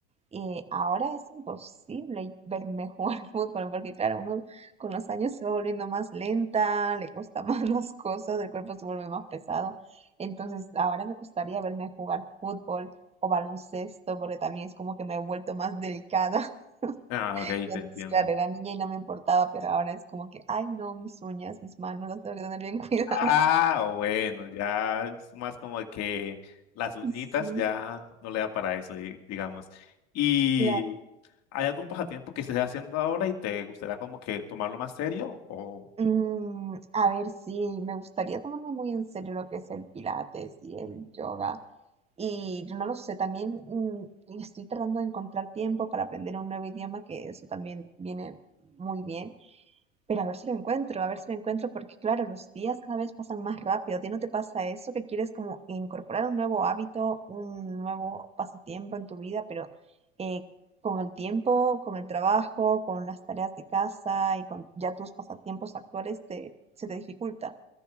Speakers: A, on the right; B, on the left.
A: Y ahora es imposible verme jugar <laughs> fútbol porque, claro, uno con los años se va volviendo más lenta, le cuesta más <laughs> las cosas, el cuerpo se vuelve más pesado. Entonces, ahora me gustaría verme jugar fútbol o baloncesto porque también es como que me he vuelto más delicada. <laughs>
B: Ah, ok,
A: Y
B: te
A: antes,
B: entiendo.
A: claro, era niña y no me importaba, pero ahora es como que, ay, no, mis uñas, mis manos las tengo que tener bien <laughs> cuidadas.
B: Ah, bueno, ya es más como que las uñitas
A: Sí,
B: ya no le da para eso, di- digamos. ¿Y
A: claro.
B: hay algún pasatiempo que estés haciendo ahora y te gustaría como que tomarlo más serio? O
A: Mm, a ver, sí, me gustaría tomarme muy en serio lo que es el pilates y el yoga. Y yo no lo sé, también mm, estoy tratando de encontrar tiempo para aprender un nuevo idioma, que eso también viene muy bien. Pero a ver si lo encuentro, a ver si lo encuentro, porque claro, los días cada vez pasan más rápido. ¿A ti no te pasa eso que quieres como incorporar un nuevo hábito, un nuevo pasatiempo en tu vida, pero eh, con el tiempo, con el trabajo, con las tareas de casa y con ya tus pasatiempos actuales te, se te dificulta?